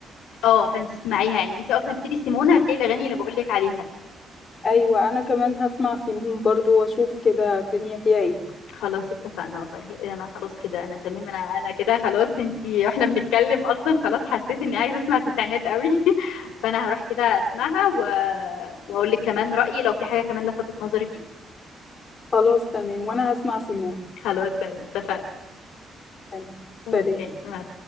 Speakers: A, on the left (about 90°); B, on the left (about 40°).
A: اه فانت اسمعيها يعني انت اصلا كتير سيمون هتلاقي الاغاني اللي بقول لك عليها
B: ايوه انا كمان هسمع سيمون برضو واشوف كده الدنيا فيها ايه
A: خلاص اتفقنا والله انا خلاص كده انا تمام انا انا كده خلاص انت <laughs> احنا بنتكلم اصلا خلاص حسيت اني عايزه اسمع تسعينات قوي <laughs> فانا هروح كده اسمعها و... واقول لك كمان رايي لو في حاجه كمان لفتت نظري فيه
B: خلاص تمام وانا هسمع سيمون
A: خلاص تمام اتفقنا
B: تمام
A: اوكي
B: سلام
A: مع